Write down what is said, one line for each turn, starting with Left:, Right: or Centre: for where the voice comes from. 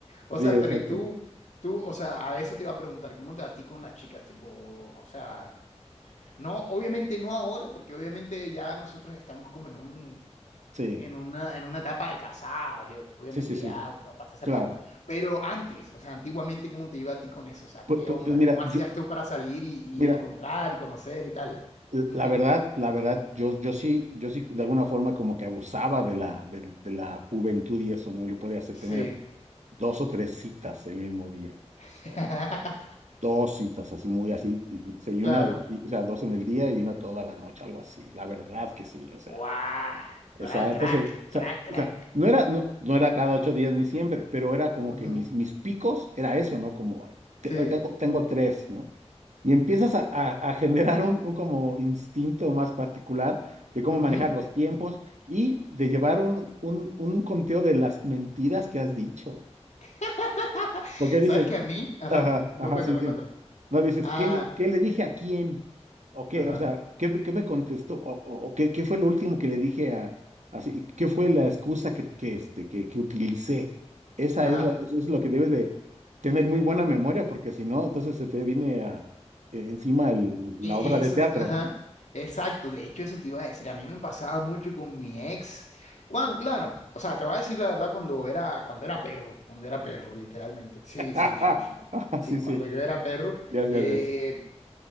Left: O
Right: sí,
Left: sea,
Right: exacto.
Left: pero y tú, tú, o sea, a eso te iba a preguntar, ¿cómo te va a ti con las chicas? Tipo, o sea, no, obviamente no ahora, porque obviamente ya nosotros estamos como en un,
Right: Sí,
Left: en una, en una etapa de casados, y obviamente
Right: sí, sí, sí,
Left: ya como pasa esa
Right: claro.
Left: etapa. Pero antes, o sea, antiguamente, ¿cómo te iba a ti con eso? O sea,
Right: Pues,
Left: ¿qué
Right: pues-
Left: onda?
Right: pues mira,
Left: ¿Cómo hacías
Right: yo,
Left: tú para salir y, y
Right: mira,
Left: encontrar y conocer y tal?
Right: l-
Left: Ujú.
Right: la verdad, la verdad, yo, yo sí, yo sí de alguna forma como que abusaba de la, de, de la juventud y eso, ¿no? Yo podía hacer
Left: Sí.
Right: tener dos o tres citas el mismo día.
Left: <laughs>
Right: O sea, dos citas así muy así, y, y- o sea, y
Left: Claro.
Right: una de- y- o sea, dos en el día y una toda la noche, algo así. La verdad que sí, o sea.
Left: ¡Guau!
Right: Exacto,
Left: Ah,
Right: entonces,
Left: crack,
Right: o sea,
Left: crack, crack.
Right: o sea, no era, no, no era cada ocho días ni siempre, pero era como
Left: Ujú,
Right: que mis, mis picos era eso, ¿no? Como, te-
Left: Sí.
Right: hoy tengo, tengo tres, ¿no? Y empiezas a, a- a generar un, un como instinto más particular de cómo
Left: ujú.
Right: manejar los tiempos y de llevar un, un, un conteo de las mentiras que has dicho.
Left: <laughs>
Right: Porque dices,
Left: ¿Sabes que a mí? Ajá.
Right: Ajá,
Left: No,
Right: ajá,
Left: cuéntame,
Right: sí, sí.
Left: cuéntame.
Right: No dices,
Left: Ah,
Right: ¿qué le, qué le dije a quién? ¿O qué?
Left: ajá,
Right: O sea, ¿qué, qué me contestó? ¿O, o- o qué, qué fue lo último que le dije a... Así, ¿qué fue la excusa que, que, este, que, que utilicé? Esa
Left: ajá.
Right: es la, eso es lo que debes de tener muy buena memoria, porque si no, entonces se te viene a- e- encima el- la
Left: E-
Right: obra
Left: Eso,
Right: de teatro.
Left: ajá. Exacto. De hecho, eso te iba a decir. A mí me pasaba mucho con mi ex. Cuando, claro, o sea, te voy a decir la verdad cuando era, cuando era perro, cuando era perro, literalmente. Sí,
Right: <laughs>
Left: sí, sí, sí.
Right: Ajá,
Left: Sí,
Right: sí,
Left: cuando
Right: sí.
Left: yo era perro,
Right: Yes, yes,
Left: eh,
Right: yes.